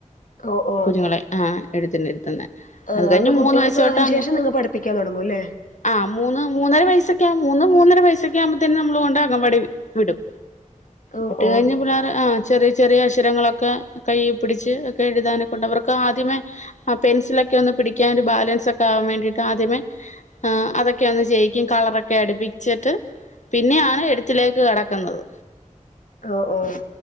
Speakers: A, on the left (about 75°); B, on the left (about 65°).
A: ഓ ഓ
B: കുഞ്ഞുങ്ങളെ ആഹ് എഴുത്തിന് ഇരുത്തുന്നെ
A: ആഹ്
B: കഴിഞ്ഞ്
A: അത് കുട്ടികൾക്ക്
B: മൂന്ന് വയസ്സ് തൊട്ട്
A: അതിനു
B: അങ്ങ്
A: ശേഷം നിങ്ങള് പഠിപ്പിക്കാൻ തോടങ്ങും അല്ലേ?
B: ആഹ് മൂന്ന് മൂന്നര വയസോക്കെ മൂന്ന് മൂന്നര വയസോക്കെ ആവുമ്പോതിന് നമ്മള് കൊണ്ട് അംഗൻവാടിൽ വിടും
A: ഓ
B: വിട്ട്
A: ഓ
B: കഴിഞ്ഞ് പിള്ളേര് ആഹ് ചെറിയ ചെറിയ അക്ഷരങ്ങളൊക്കെ കൈയ്യി പിടിച്ച്‌ ഒക്കെ എഴുതാനെക്കൊണ്ട് അവർക്ക് ആദ്യമേ ആഹ് പെൻസിലൊക്കെ ഒന്ന് പിടിക്കാൻ ഒരു ബാലൻസ് ഒക്കെ ആവാൻ വേണ്ടിട്ട് ആദ്യമേ ആഹ് അതൊക്കെ ഒന്ന് ചെയ്യിക്കും കളർ ക്കെ അടുപ്പിച്ചിട്ട് പിന്നെയാണ് എയ്തിലേക്ക് കടക്കുന്നത്
A: ആഹ് ആഹ്